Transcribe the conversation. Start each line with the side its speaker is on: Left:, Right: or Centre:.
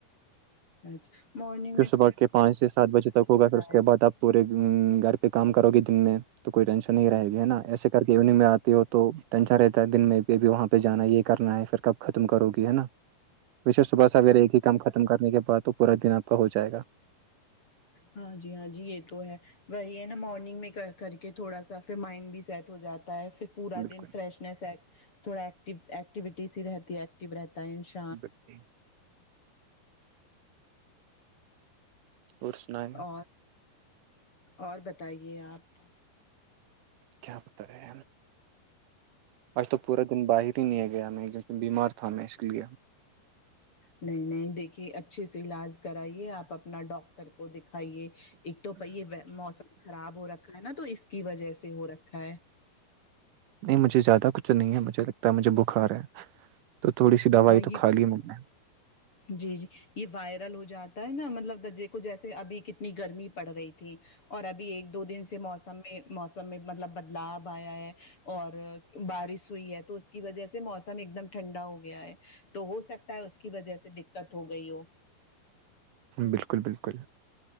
Left: اچھا م
Right: پ صبح کے پانچ سے سات بجے تک ہوگا پھر اس کے
Left: ہے
Right: بعد آپ پورے گھر پہ کام کرو گے دن میں تو کوئی ٹینشن نہیں رہے گی ہے نا ایسے کر کے ایوننگ میں آتی ہو تو ٹینشن رہتا ہے دن میں بھی ابھی وہاں پہ جانا ہے یہ کرنا ہے پھر کب ختم کرو گی ہے نا
Left: ج
Right: پے صبح سویرے ایک ہی کام ختم کرنے کے بعد تو پورا دن آپ کا ہو جائے گا
Left: ہاں جی ہاں جی یہ تو ہے وہی ہے نا مارننگ میں کر کے تھوڑا سا پھر مائنڈ بھی سیٹ ہو جاتا ہے پھر پورا
Right: بالکل
Left: دن فریش س تھوڑا ایکٹیو ایکٹیوٹیز ہی رہتی ہے ایکٹو رہتا ہے انشاء
Right: بچے اور سنائیں
Left: اور اور بتائیے آپ
Right: کیا بتا ہے آج تو پورا دن باہر نہیں گیا میں کیونکہ بیمار تھا میں اس لیے
Left: نہیں نہیں دیکھیے اچھے سے علاج کرائیے آپ اپنا ڈاکٹر کو دکھائیے ایک تو پائی موسم خراب ہو رکھا ہے نا تو اس کی وجہ سے سے ہو رکھا ہے
Right: نہیں مجھے زیادہ کچھ نہیں ہے مجھے لگتا ہے مجھے بخار ہے تو تھوڑی سی دوائی
Left: ہاں یہ
Right: تو کھا لی میں نے
Left: جی جی یہ وائرل ہو جاتا ہے نا مطلب درجے کو جیسے ابھی کتنی گرمی پڑ رہی تھی اور ابھی ایک دو دن سے موسم میں موسم میں مطلب بدلاؤ آیا ہے اور بارش ہوئی ہے تو اس کی وجہ سے موسم ایک دم ٹھنڈا ہو گیا ہے تو ہو سکتا ہے اس کی وجہ سے دکت ہو گئی ہو
Right: بلکل بلکل